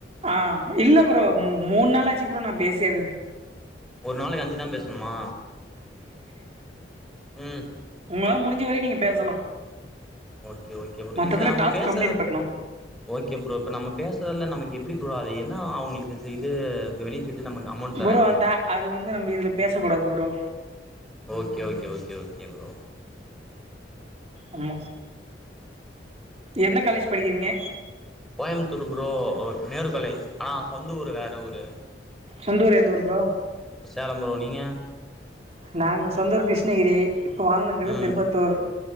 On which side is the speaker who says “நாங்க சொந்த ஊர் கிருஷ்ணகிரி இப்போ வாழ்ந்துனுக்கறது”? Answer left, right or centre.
Right